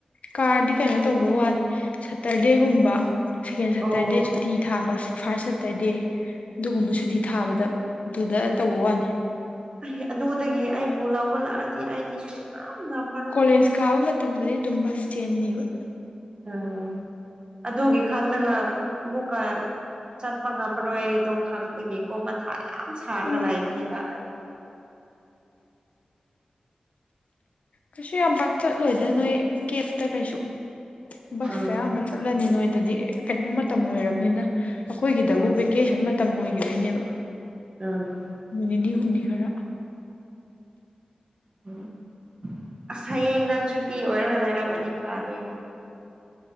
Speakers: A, on the left (about 65°); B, on the right (about 40°).
A: ꯀꯥꯔꯗꯤ ꯀꯩꯅꯣ ꯇꯧꯕ ꯋꯥꯅꯤ ꯁꯇꯔꯗꯦꯒꯨꯝꯕ ꯁꯦꯀꯦꯟꯗ ꯁꯇꯔꯗꯦ
B: ꯑꯣ
A: ꯁꯨꯇꯤ ꯊꯥꯕ ꯐꯥꯔꯁ ꯁꯠ ꯇꯔꯗꯦ ꯑꯗꯨꯒꯨꯝꯕ ꯁꯨꯇꯤ ꯊꯥꯕꯗ ꯑꯗꯨꯗ ꯇꯧꯕ ꯋꯥꯅꯤ
B: ꯑꯩ ꯑꯗꯨꯗꯒꯤ ꯑꯩꯕꯨ ꯂꯧꯕ ꯂꯥꯛꯑꯗꯤ ꯑꯩꯗꯤ ꯌꯥꯝ ꯉꯝꯃꯔꯣꯢ
A: ꯀꯣꯂꯦꯖ ꯀꯕ ꯃꯇꯝꯗꯗꯤ ꯗꯨꯝꯕ ꯁꯦꯟꯅꯤꯕ
B: ꯑꫭ ꯑꯗꯨꯒꯤ ꯈꯜꯂꯒ ꯑꯃꯨꯛꯀ ꯆꯠꯄ ꯉꯝꯃꯔꯣꯏꯗꯣ ꯈꯪꯕꯒꯤ ꯀꯣ ꯃꯊꯥ ꯌꯥꯝ ꯁꯥꯔꯒ
A: ꯎꯝ
B: ꯂꯥꯏꯕꯅꯦꯕ
A: ꯀꯩꯁꯨ ꯌꯥꯝ ꯄꯥꯛ ꯆꯠꯂꯣꯏꯗ ꯅꯣꯏ ꯀꯦꯞꯇ ꯀꯩꯁꯨ ꯕꯁꯇ
B: ꯑꯪ
A: ꯑꯌꯥꯝꯕ ꯆꯠ ꯆꯠꯂꯅꯤ ꯅꯣꯏꯗꯗꯤ ꯀꯩꯅꯣ ꯃꯇꯝ ꯂꫭꯏꯔꯕꯅꯤꯅ ꯑꯩꯈꯣꯏꯒꯤꯗꯕꯨ
B: ꯑꯪ
A: ꯚꯦꯀꯦꯁꯟ ꯃꯇꯝ ꯑꯣꯏꯈꯤꯕꯩꯅꯦꯕ
B: ꯎꯝ
A: ꯅꯨꯃꯤꯠ ꯅꯤꯅꯤ ꯍꯨꯝꯅꯤ ꯈꯔ
B: ꯎꯝ ꯑꯁ ꯍꯌꯦꯡ ꯅꯪ ꯁꯨꯇꯤ ꯑꯣꯏꯔꯒ ꯂꯩꯔꯝꯃꯗꯤ ꯐꯗꯣꯏꯅꯤꯗ